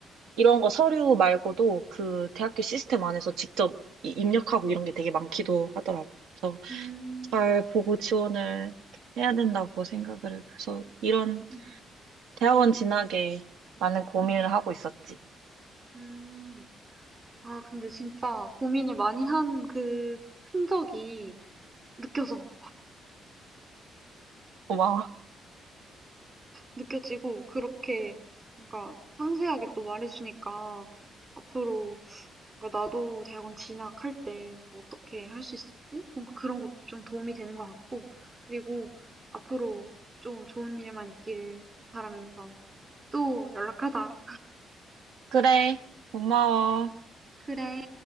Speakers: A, on the right; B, on the right.
A: 이런 거 서류 말고도 그 대학교 시스템 안에서 직접 이- 입력하고 이런 게 되게 많기도 하더라고. 그래서
B: 음,
A: 잘 보고 지원을 해야 된다고 생각을 해. 그래서 이런
B: 음,
A: 대학원 진학에 많은 고민을
B: 음,
A: 하고 있었지.
B: 음. 아, 근데 진짜 고민을 많이 한 그 흔적이 느껴져.
A: 고마워.
B: 느껴지고 그렇게 뭔가 상세하게 또 말해주니까 앞으로 뭔가 나도 대학원 진학할 때 뭔가 어떻게 할 수 있을지 뭔가 그런 것도 좀 도움이 되는 것 같고 그리고 앞으로 좀 좋은 일만 있기를 바라면서 또 연락하자.
A: 그래. 고마워.
B: 그래.